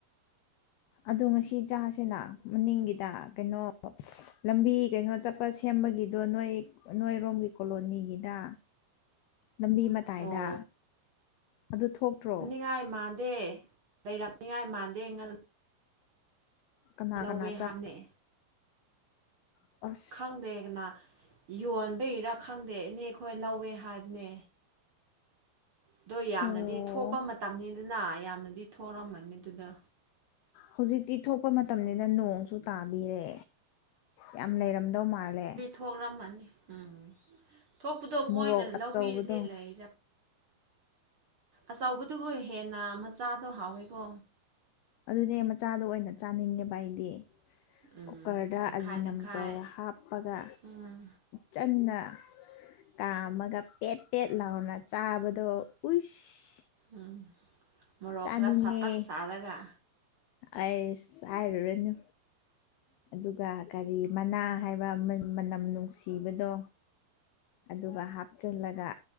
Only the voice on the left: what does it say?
ꯑꯗꯣ ꯉꯁꯤ ꯆꯥꯁꯤꯅ ꯃꯅꯤꯡꯒꯤꯗ ꯀꯩꯅꯣ ꯂꯝꯕꯤ ꯀꯩꯅꯣ ꯆꯠ ꯁꯦꯝꯕꯒꯤꯗꯣ ꯅꯣꯏ ꯅꯣꯏꯔꯣꯝꯒꯤ ꯀꯣꯂꯣꯅꯤꯒꯤꯗ ꯂꯝꯕꯤ ꯃꯇꯥꯏꯗ
ꯑꯗꯨ ꯊꯣꯛꯇ꯭ꯔꯣ
ꯀꯅꯥ
ꯀꯅꯥ
ꯑ <unintelligible>
ꯑꯣ
ꯍꯧꯖꯤꯛꯇꯤ ꯊꯣꯛꯄ ꯃꯇꯝꯅꯤꯅ ꯅꯣꯡꯁꯨ ꯇꯥꯕꯤꯔꯦ ꯌꯥꯝ ꯂꯩꯔꯝꯗꯧ ꯃꯥꯜꯂꯦ
ꯃꯣꯔꯣꯛ
ꯑꯆꯧꯕꯗꯣ
ꯑꯗꯨꯅꯦ ꯃꯆꯥꯗꯣ ꯑꯣꯏꯅ ꯆꯥꯅꯤꯡꯉꯦꯕ ꯑꯩꯗꯤ
ꯀꯨꯀꯔꯗ
ꯑꯖꯤꯅꯝ
ꯇꯧꯔꯒ ꯍꯥꯞꯄꯒ
ꯆꯟꯅ ꯀꯥꯝꯃꯒ ꯄꯦꯠ ꯄꯦꯠ ꯂꯥꯎꯅ ꯆꯥꯕꯗꯣ ꯎꯏꯁ
ꯆꯥꯅꯤꯡꯉꯦ
ꯑꯩꯁ ꯍꯥꯏꯔꯨꯔꯅꯨ ꯑꯗꯨꯒ ꯀꯔꯤ ꯃꯅꯥ ꯍꯥꯏꯕ ꯃꯅꯝ ꯅꯨꯡꯁꯤꯕꯗꯣ ꯑꯗꯨꯒ ꯍꯥꯞꯆꯤꯜꯂꯒ